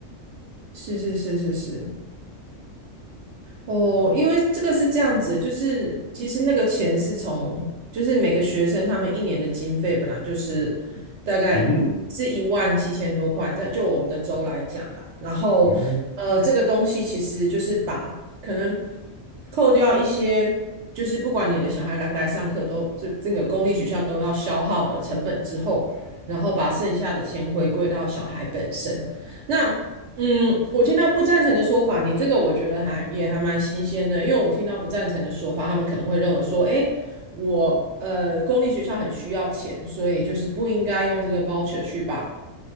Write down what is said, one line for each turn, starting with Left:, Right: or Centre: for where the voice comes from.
Right: 是是是是是，哦，因为这个是这样子，就是其实那个钱是从，就是每个学生他们一年的经费本来就是大概是一万七千多块，
Left: 嗯哼，
Right: 在就我们的州来讲啦，然后呃，
Left: 嗯哼，
Right: 这个东西其实就是把可能扣掉一些，就是不管你的小孩来不来上课都，这这个公立学校都要消耗的成本之后，然后把剩下的钱回归到小孩本身。那嗯，我听到不赞成的说法，你这个我觉得还也还蛮新鲜的，因为我听到不赞成的说法，他们可能会认为说，诶，我呃公立学校很需要钱，所以就是不应该用这个 voucher 去把